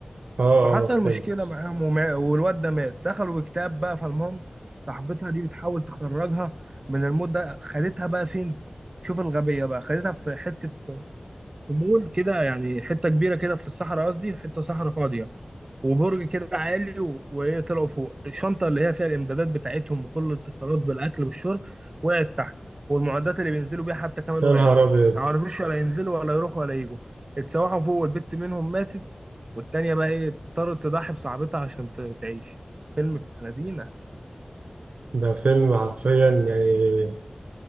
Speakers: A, on the right; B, on the right.
A: اه اه
B: فحصل مشكله
A: فهمت
B: معاهم وما... والواد ده مات دخلوا في كتاب بقى فالمهم صاحبتها دي بتحاول تخرجها من الموت ده خدتها بقى فين شوف الغبيه بقى خدتها في حته في مول كده يعني حته كبيره كده في الصحراء قصدي حته صحراء فاضيه وبرج كده عالي و- وايه طلعوا فوق الشنطه اللي هي فيها الامدادات بتاعتهم وكل الاتصالات بالاكل بالشرب وقعت تحت والمعدات اللي بينزلوا بيها حتى كمان
A: يا
B: وقعت
A: نهار أبيض
B: ما عرفوش ولا ينزلوا ولا يروحوا ولا يجوا اتسوحوا فوق والبت منهم ماتت والتانية بقى ايه اضطرت تضحي بصاحبتها عشان ت- تعيش فيلم ابن لذينه
A: ده فيلم حرفيا يعني